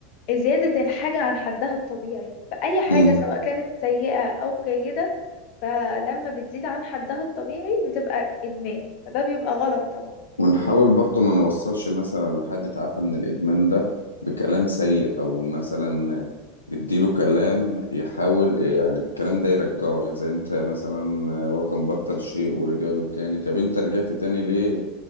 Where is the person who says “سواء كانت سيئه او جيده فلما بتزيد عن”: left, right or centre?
Left